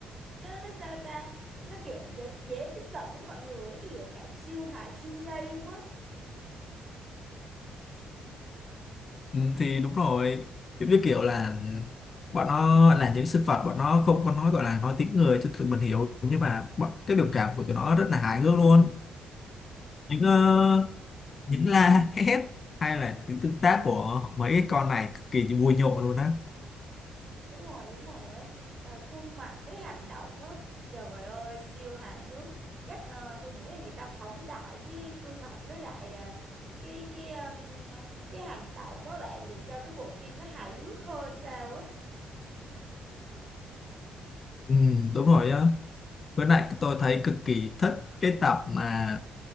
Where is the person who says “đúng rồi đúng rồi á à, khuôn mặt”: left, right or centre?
Right